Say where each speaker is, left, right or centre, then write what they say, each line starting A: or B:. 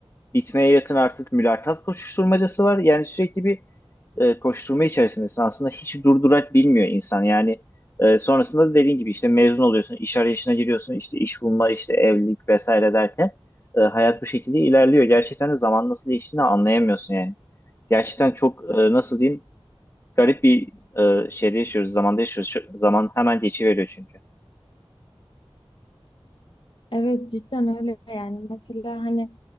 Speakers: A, on the left; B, on the left.
A: bitmeye yakın artık mülakat koşuşturmacası var. Yani sürekli bir e, koşturma içerisindesin. Aslında hiç durdurak bilmiyor insan. Yani e, sonrasında da dediğin gibi işte mezun oluyorsun, iş arayışına giriyorsun, işte iş bulma, işte evlilik vesaire derken e, hayat bu şekilde ilerliyor. Gerçekten de zaman nasıl geçtiğini anlayamıyorsun yani. Gerçekten çok e, nasıl diyeyim garip bir e, şeyde yaşıyoruz, zamanda yaşıyoruz. Şu- zaman hemen geçiveriyor çünkü.
B: Evet cidden öyle yani mesela hani